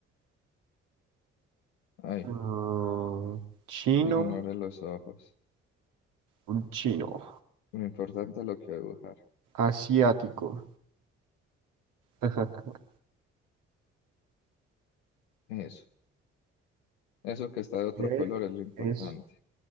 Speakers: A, on the left (about 80°); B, on the right (about 65°).
A: Ay,
B: Mm, chino,
A: ignore los ojos.
B: un chino,
A: Lo importante es lo que dibujar.
B: asiático. <laughs>
A: Eso. Eso que está de otro
B: Eh,
A: color es lo importante.
B: Es,